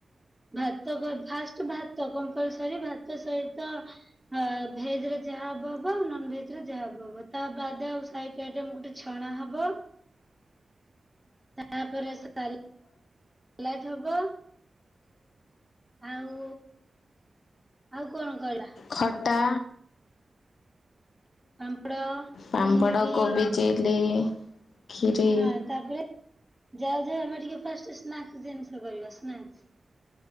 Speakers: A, in the centre; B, on the left.
A: ଭାତ କ ଫାଷ୍ଟ ଭାତ କମ୍ପଲସରୀ ଭାତ ସହିତ ହ ଭେଜ ରେ ଯାହା ହବ ହବ ଆଉ ନନ ଭେଜ ରେ ଯାହା ହବ ହବ ତା ବାଦ ଆଉ ସାଇଟ ସେଏଟାଅମ ଗୋଟେ ଛଣା ହବ। ତାପରେ ସାଲ ସାଲଟ ହବ। ଆଉ ଆଉ କଣ କରିବା?
B: ଖଟା।
A: ପାମ୍ପଡ
B: ପାମ୍ପଡ
A: ଖିରି
B: କୋବି ଚିଲି। ଖିରି
A: ହଁ ତାପରେ ଯାଉ ଯାଉ ଆମେ ଟିକେ ଫାର୍ଷ୍ଟ ସ୍ନାକସ ଜିନିଷ କରିବା ସ୍ନାକସ୍